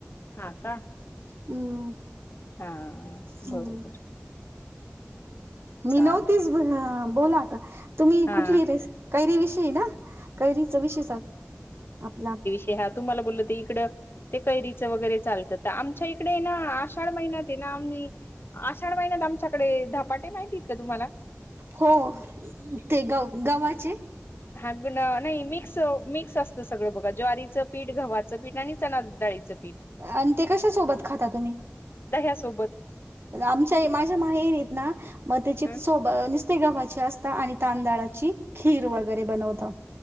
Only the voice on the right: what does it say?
हम्म.
हम्म
मी नव्हतीच
बोला आता तुम्ही
कुठली रेसी काैरी विषयी ना? काैरीचा विषय चालू आपला.
हो ते गव गव्हाचे.
आणि ते कशा सोबत खाता तुम्ही
आमच्या माझ्या माहेरी आहेत ना मग त्याची
सोब अं नुसते गव्हाचे असता आणि तांदळाची खीर वगैरे बनवता.